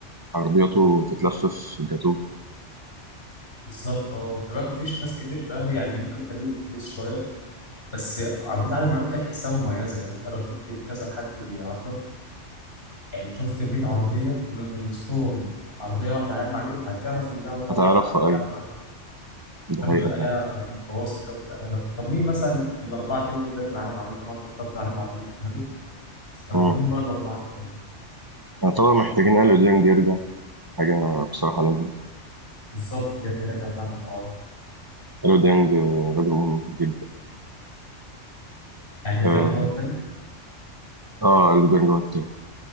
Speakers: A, on the right; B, on the left.
A: عرضياته تتلفف جاتوه
B: بالظبط أه خلي بالك مفيش ناس كتير في الأهلي يعني ممكن كريم الدبيس شوية بس عرضية علي معلول كانت تحسها مميزة يعني أنت لو شفت كذا حد بيعرض يعني شفت 100 عرضية من وسطهم عرضية واحدة عليها معلوم هتعرف إن ده ولا
A: هتعرف
B: لأ، عرضية
A: في أي
B: عليها معلوم
A: ده
B: عشان
A: حقيقة
B: تبقى
A: طبعا
B: ليها مقوسة كده وتبقى ليها لف طب مين مثلا الأربعة تاني غير عليها معلوم طب ما أنت اخترت عليها معلوم الأجنبي فمين
A: مم.
B: بقى الأربعة التانيين؟
A: يعتبر محتاجين أليو ديانج يرجع حاجة بصراحة لازم
B: بالظبط ديانج راجع فعلا من الأول
A: أليو ديانج راجل مهم جدا
B: يعني
A: اه
B: ديانج هو التاني
A: آه، أليو ديانج هو التالت